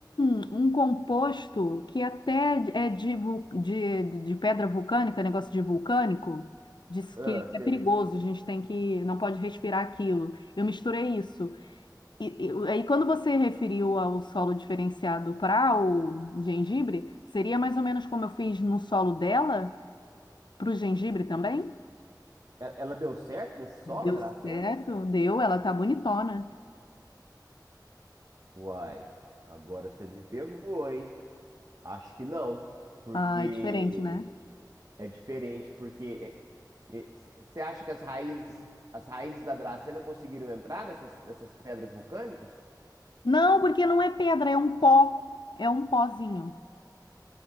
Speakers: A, on the left; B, on the right.
A: um, um composto que até é de, vul- de, de pedra vulcânica, negócio de vulcânico, diz que
B: Ah, sei.
A: é perigoso, a gente tem que, não pode respirar aquilo. Eu misturei isso. E, e- aí, quando você referiu ao solo diferenciado para o gengibre, seria mais ou menos como eu fiz no solo dela, para o gengibre também?
B: E- Ela deu certo nesse solo,
A: Deu
B: a Dracena?
A: certo? Deu, ela tá bonitona.
B: Uai, agora você me pegou, hein? Acho que não, porque
A: Ah, é diferente, né?
B: é diferente, porque é, é, você acha que as raízes, as raízes da Dracena conseguiram entrar nessas, nessas pedras vulcânicas?
A: Não, porque não é pedra, é um pó. É um pozinho.